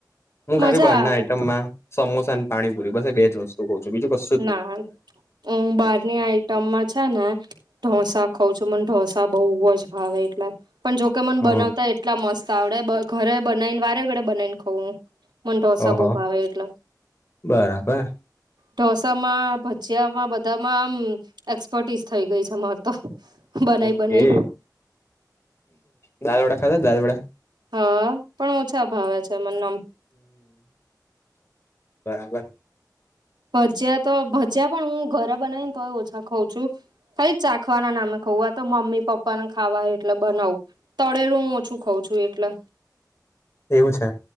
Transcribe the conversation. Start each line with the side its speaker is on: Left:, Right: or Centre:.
Left: હું
Right: મજા
Left: ખાલી બરના
Right: આવે
Left: આઈટમમાં સમોસા અને પાણીપુરી બ બે જ વસ્તુ તો બીું <unintelligible>
Right: ના હ બહારની આઈટમમાં છે ને ઢોસા ખઉં છું મને ઢોસા બઉુ જ ભાવે એટલે પણ જોકે મને
Left: હ
Right: બનાવતા એટલા મસ્ત આવડે ઘરે બનાવીને વારે ઘડે બનાવીને ખઉું મ ોસા
Left: ઓહો
Right: બહુ ભાવે એટલે
Left: બરાબર
Right: ઢોસામાં ભજીયામાં બધામાં આમ એક્સપર્ટીસ થઇ ગઈ છે માર તો બનાવી
Left: ઓકે
Right: બનાવી
Left: દાલ વડા ખાધા દાલ વડા
Right: હા પણ ઓછા ભાવે છે મમ
Left: બરાબર
Right: ભજીયા તો ભજીયા પણ હું ઘરા બનાવી ને તોય ઓછા ખઉં છું ખાલી ચાખવાના નામે ખવું આ તો મમ્મી પપ્પાને ખાવા એટલે બનાવું તળેલું હું ઓછું ખઉં છું એટલે
Left: <inaudible> એવું છે